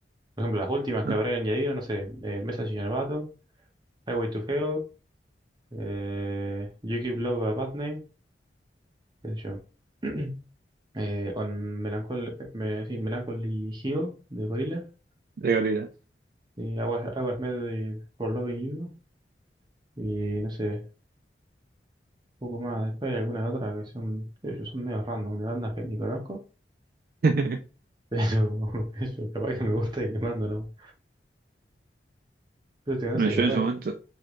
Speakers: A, on the right (about 25°); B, on the right (about 55°).
A: Por ejemplo, las últimas
B: ¿no?
A: que habré añadido, no sé, eh, Message in a Bottle, Highway to Hell, eh, You Give Love a Bad Name, qué sé yo. <clears throat> Eh, on Melancholy, me, sí, Melancholy Hill de Gorilla
B: De gorilas.
A: Y I was, I was made for loving you. Y no sé, un poco más. Después hay algunas otras que son, que yo son medio random, de bandas que ni conozco.
B: <laughs>
A: Pero <laughs> eso, capaz que me gusta y le mando, ¿no? Pero te- no
B: Bueno,
A: sé,
B: yo
A: capaz
B: en ese momento,